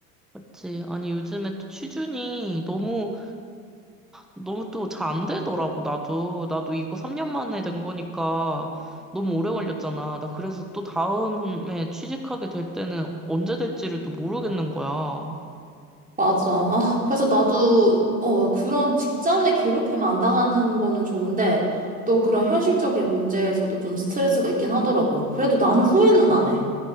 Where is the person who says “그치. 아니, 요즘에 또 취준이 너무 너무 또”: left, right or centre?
Centre